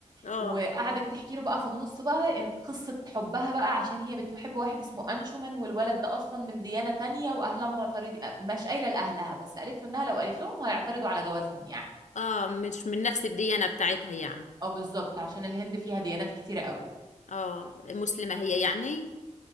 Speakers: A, on the left; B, on the right.
A: آه
B: وقعدت تحكي له بقى في النص بقى ان قصة حبها بقى عشان هي بتحب واحد اسمه انشومان والولد ده اصلا من ديانة تانية واهلها معترضين مش قايلة لاهلها بس قالت له انها لو قالت لهم هيعترضوا على جوازهم يعني
A: آه مش من نفس الديانة بتاعتها يعني
B: اه بالظبط عشان الهند فيها ديانات كتيرة قوي
A: آه مسلمة هي يعني